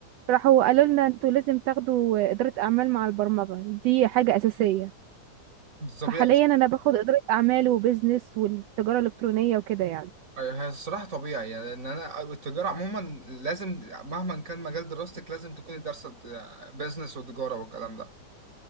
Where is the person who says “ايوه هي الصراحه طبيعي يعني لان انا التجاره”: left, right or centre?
Right